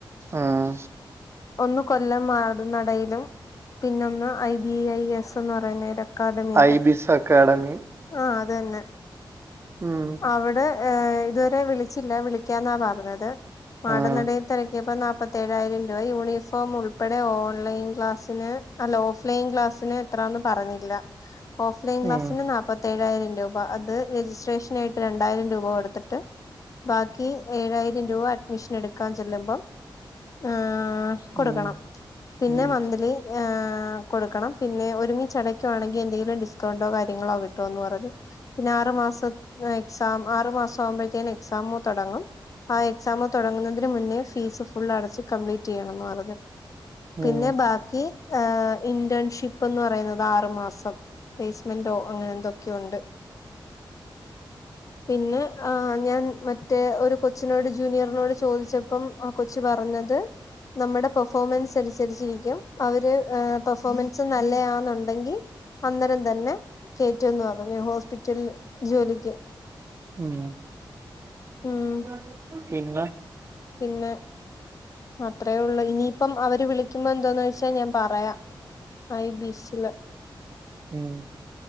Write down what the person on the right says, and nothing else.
ഉം
ഐ ബിസ് അക്കാഡമി
ഉം
ഉം
ഉം
പിന്നെ
ഉം
ഉം
ഉം വന്നു
കുളി പിന്നെ
ഉം